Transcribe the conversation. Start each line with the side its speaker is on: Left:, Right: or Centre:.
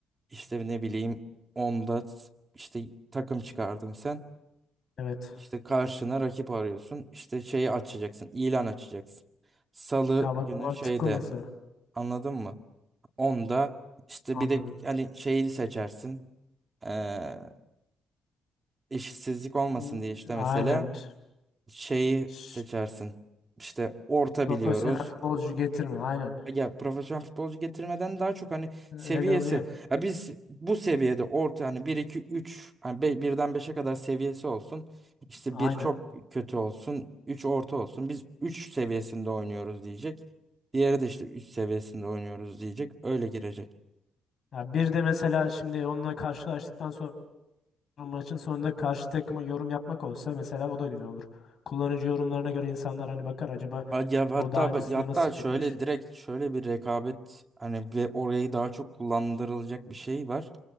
Right: işte ne bileyim onda işte takım çıkardın sen.
Left: Evet.
Right: İşte karşına rakip arıyorsun. İşte şeyi açacaksın, ilan açacaksın. Salı
Left: Ya bak
Right: günü
Left: mantıklı
Right: şeyde
Left: mesela.
Right: Anladın mı? Onda işte
Left: Anladım.
Right: bir de hani şeyi seçersin. Ee, işsizlik olmasın
Left: N-
Right: diye işte mesela
Left: Aynen.
Right: şeyi
Left: Ş-
Right: seçersin. İşte orta
Left: Profesyonel
Right: biliyoruz.
Left: futbolcu getirme. Aynen.
Right: Ya profesyonel futbolcu getirmeden daha çok hani
Left: Öyle
Right: seviyesi.
Left: oluyor.
Right: Ya biz bu seviyede orta hani bir 2 3 hani be- birden beşe kadar seviyesi olsun. İşte
Left: Aynen.
Right: bir çok kötü olsun, 3 orta olsun. Biz 3 seviyesinde oynuyoruz diyecek. Diğeri de işte 3 seviyesinde oynuyoruz diyecek. Öyle girecek.
Left: Ya bir de mesela şimdi onunla karşılaştıktan sonra maçın sonunda karşı takıma yorum yapmak olsa mesela o da güzel olur. Kullanıcı yorumlarına göre insanlar hani bakar acaba
Right: Ha, Ya hatta
Left: bu daha öncesinde
Right: ben- ya hatta
Left: nasıl çıkmış?
Right: şöyle direkt şöyle bir rekabet hani ve orayı daha çok kullandırılacak bir şey var.